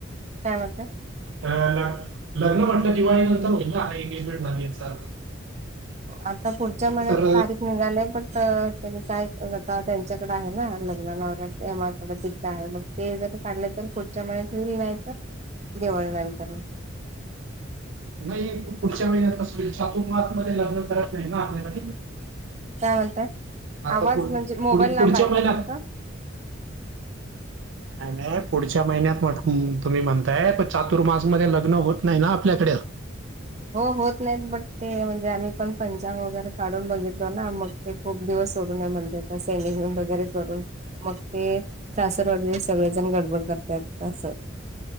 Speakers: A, on the right (about 35°); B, on the right (about 65°).
A: काय वातं
B: लग्न म्हटलं दिवाळी नंतर होईल ना हा एंगेजमेंट झाली याचा अर्थ
A: आता पुढच्या महिन्यात
B: तर
A: तारीख निघाली पण त्यां काय त्यांच्याकडे आहे ना लग्ना तिथड आहे मग ते जर काढलं तर पुढच्या मत येल नाही तर जवळ नाही
B: नाही पुढच्या महिन्यात कस होईल ात्र मास मध्ये लग्न करत नाही ना आपल्याकडे
A: काय म्हणताय
B: आता
A: आवाज
B: पुढ
A: म्हणजे मोबाईल
B: पु
A: लांब
B: पुढच्या
A: आहे
B: महिन्यात
A: का तुमचा
B: नाही नाही पुढच्या महिन्यात तुम्ही म्हणताय प चातुर्मास मध्ये लग्न होत नाही ना आपल्याकडे
A: हो होत नाहीत बट ते म्हणजे आम्ही पण पंचांग वगैरे काढून बघितलो ना मग ते खूप दिवस सोडून म्हणजे आता सेडून वगैरे करून मग ते सासरवाडी सगळेजण गडबड करतात असं